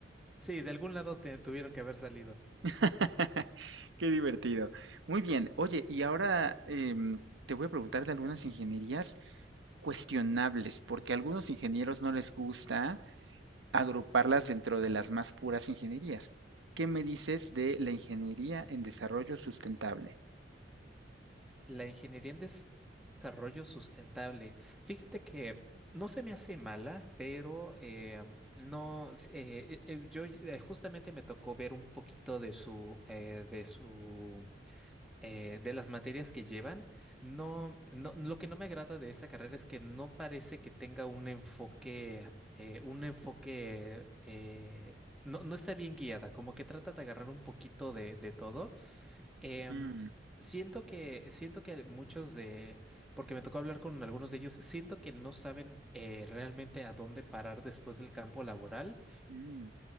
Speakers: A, in the centre; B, on the right (about 85°).
A: Sí, de algún lado te- tuvieron que haber salido.
B: <laughs> Qué divertido. Muy bien, oye, y ahora em, te voy a preguntar de algunas ingenierías cuestionables, porque a algunos ingenieros no les gusta agruparlas dentro de las más puras ingenierías. ¿Qué me dices de la ingeniería en desarrollo sustentable?
A: La ingeniería en des- desarrollo sustentable. Fíjate que no se me hace mala, pero eh, no, s- eh, eh, eh, yo eh, justamente me tocó ver un poquito de su, eh, de su, eh, de las materias que llevan. No, no, lo que no me agrada de esa carrera es que no parece que tenga un enfoque, eh, un enfoque, eh, no, no está bien guiada, como que trata de agarrar un poquito de de todo. Em,
B: Mm,
A: siento que, siento que muchos de, porque me tocó hablar con algunos de ellos, siento que no saben eh, realmente a dónde parar después del campo laboral.
B: mm,